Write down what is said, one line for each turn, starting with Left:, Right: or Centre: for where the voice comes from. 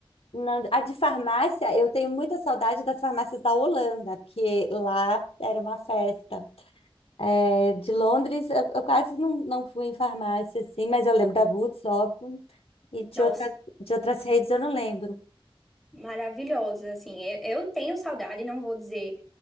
Left: não, a de farmácia, eu tenho muita saudade das farmácias da Holanda, porque lá era uma festa. É, de Londres, eu, eu quase não, não fui em farmácia, assim, mas eu lembro da Boots, óbvio. E de
Centre: Nossa,
Left: outras, de outras redes eu não lembro.
Centre: maravilhosas, assim. Eu, eu tenho saudade, não vou dizer